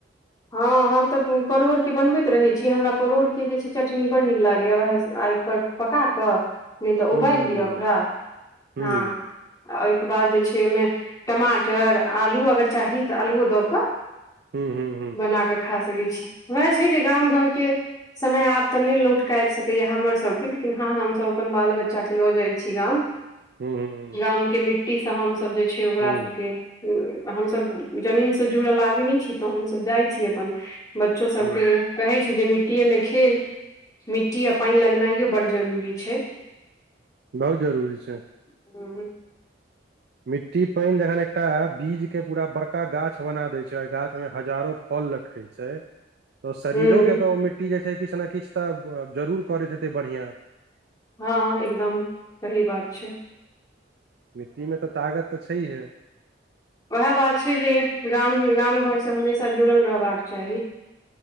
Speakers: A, on the right (about 60°); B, on the left (about 20°).
A: <inaudible>
B: हँ हम तऽ परोड़के बनबैत रहैत छी हमरा परोड़के जे छै चटनी बड़ नीक लागैए उएह स आगि पर पकाकऽ नहि तऽ
A: हूँ
B: उबालि लिअ ओकरा,
A: हूँ
B: हँ। आ ओहिके बाद जे छै ओहिमे टमाटर, आलू अगर चाही तऽ आलूओ दऽ कऽ
A: हूं हूं।
B: बना कऽ खा सकै छी उएह छै जे गाम घरके समय आब तऽ नहि लौट कऽ आबि सकैए हमरसभके लेकिन हँ हमसभ अपन बाल बच्चाके लऽ जाइ छी गाम।
A: हूँ हूँ हूँ
B: गाम के मिट्टीस हमसभ जे छै ओकरा
A: हूँ
B: सबके हं हमसभ जमीनस जुड़ल आदमी छी तऽ हमसभ जाइ छी अपन बच्चो सबके
A: हूँ हूँ
B: कहै छी जे मिट्टीए मे खेल मिट्टी आ पानि लगनाइयो बड जरूरी छै।
A: बहुत जरूरी छै।
B: ऊं हूं
A: मिट्टी पैन जखन एकटा बीज के पूरा बड़का गाछ बना देैय छैय आ गाछ में हजारो फल लटकेै छैय तऽ
B: ह
A: शरीरो के तऽ ओ मिट्टी जे छै किछ ने किछ तऽ जरूर करैत हेतै बढ़िया।
B: हँ एकदम सही बात छैय।
A: मिट्टी में तऽ ताकत तऽ छैहै।
B: ओहे बात छै जे गाम- गाम घर से हमेशा जुड़ल रहबाक चाही।